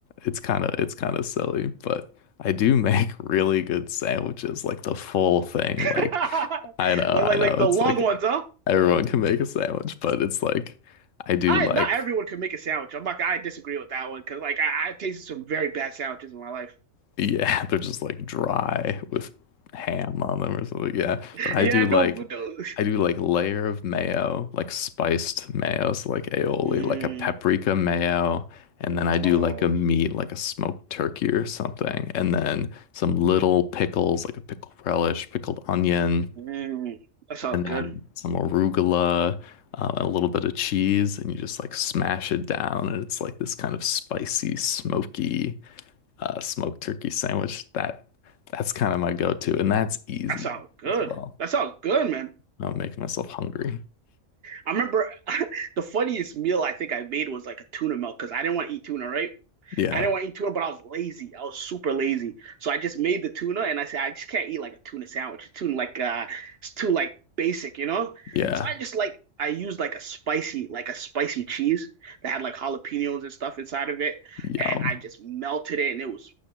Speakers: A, on the left (about 80°); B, on the right (about 55°).
A: it's kind of it's kind of silly, but I do make <laughs> really good sandwiches, like the full thing.
B: <laughs>
A: Like I know,
B: Like like
A: I know
B: like the
A: it's
B: long
A: like
B: ones, huh?
A: everyone can make a sandwich, but it's like I do
B: I
A: like
B: not everyone can make a sandwich. I'm like I disagree with that one because like I, I tasted some very bad sandwiches in my life.
A: Yeah, <laughs> they're just like dry with ham on them or something. Yeah,
B: <laughs>
A: but I
B: Yeah,
A: do
B: no,
A: like
B: no.
A: I do like layer of mayo, like spiced mayo, so like aioli,
B: Mm,
A: like a paprika mayo, and then I do
B: oh,
A: like a meat, like a smoked turkey or something, and then some little pickles, like a pickle relish, pickled onion,
B: mm, that sounds
A: and then
B: good.
A: some arugula, uh, a little bit of cheese, and you just like smash it down, and it's like this kind of spicy, smoky uh, smoked turkey sandwich. That that's kind of my go-to, and that's easy
B: That sounds good.
A: as well.
B: That sounds good, man.
A: No, I'm making myself hungry.
B: I remember <laughs> the funniest meal I think I made was like a tuna melt because I didn't want to eat tuna, right?
A: Yeah,
B: I didn't want to eat tuna, but I was lazy. I was super lazy. So I just made the tuna and I said, I just can't eat like a tuna sandwich. It's too like uh it's too like basic, you know?
A: yeah,
B: So I just like I used like a spicy, like a spicy cheese that had like jalapenos and stuff inside of it.
A: yum.
B: And I just melted it and it was